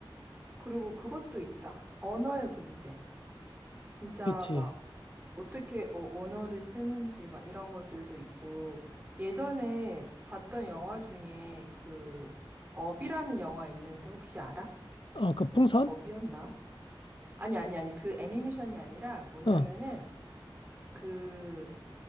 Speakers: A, on the right; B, on the left.
A: 그리고 그것도 있다. 언어의 문제. 진짜
B: 그치.
A: 막 어떻게 어, 언어를 쓰는지 막 이런 것들도 있고 예전에 봤던 영화 중에 그 업이라는 영화 있는데 혹시 알아?
B: 어, 그 풍선?
A: 업이었나? 아니 아니 아니 그 애니메이션이 아니라 뭐냐면은
B: 어,
A: 그...